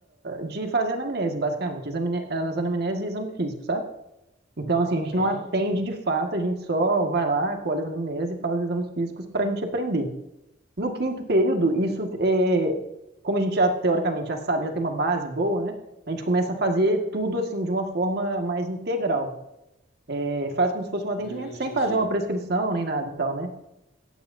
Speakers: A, on the right; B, on the left.
A: de fazer anamnese, basicamente, examine- as anamneses e exame físico, sabe? Então, assim, a gente
B: Aham,
A: não atende de fato, a gente só vai lá, colhe as anamnese e faz os exames físicos para a gente aprender. No quinto período, isso é, como a gente já teoricamente já sabe, já tem uma base boa, né? A gente começa a fazer tudo assim de uma forma mais integral. É, faz como se fosse um atendimento
B: Uhum, entendi.
A: sem fazer uma prescrição nem nada e tal, né?